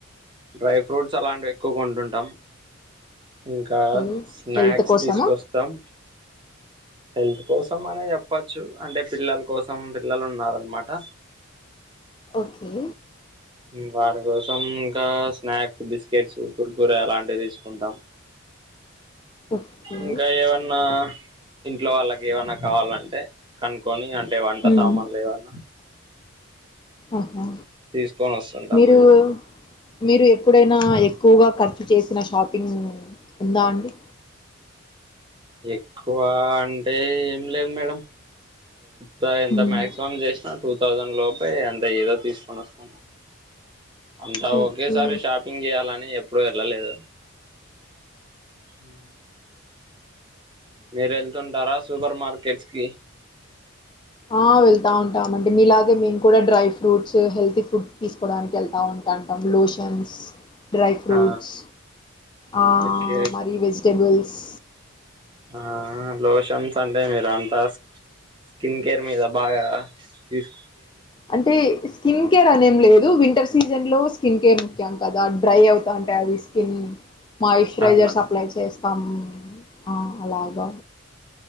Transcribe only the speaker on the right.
డ్రై ఫ్రూట్స్ అలాంటివి ఎక్కువగొంటుంటాం ఇంకా
స్నాక్స్
తీసుకొస్తాం హెల్త్ కోసం అనే చేప్పొచ్చు అంటే పిల్లల్ కోసం పిల్లలు ఉన్నారనమాట
ఉమ్ వారి కోసం ఇంకా స్నాక్స్ బిస్కెట్స్ కురకురె అలాంటివి తీసుకుంటాం
ఇంకా ఏవన్నా ఇంట్లో వాళ్ళకి ఏవన్నా కావాలంటే కనుక్కొని అంటే వంట
సామాన్లు ఏవన్నా
తీసుకొని ఓస్తుంటాం
మేడం
ఎక్కువా అంటే ఏం లేద్ మేడం త ఎంత
మాక్సిమం జేష్నా టూ థౌసండ్ లోలే అంతే ఇగ ఏదో తీసుకొని వస్తాం అంతా
ఒకేసారి
షాపింగ్ చేయాలని ఎప్పుడు ఎళ్ళలేదు ఉమ్ మీరు ఎళ్తుంటారా సూపర్ మార్కెట్స్ కి
ఆ
ఓకే
ఆహ్ లోషన్స్ అంటే మీరు అంతాస్ స్కిన్ కేర్ మీద బాగా తీస్
ఆ